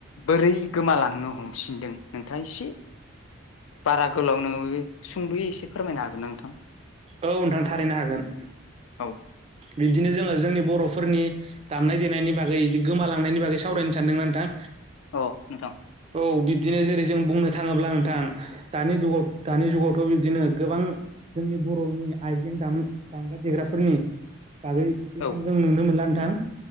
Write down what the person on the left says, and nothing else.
बोरै गोमालांनो हमफिनदों नोंथाङा एसे बारा गोलाव नोङाबाबो सुंद'यै एसे फोरमायनो हागोन ना नोंथां
औ
औ नोंथां
औ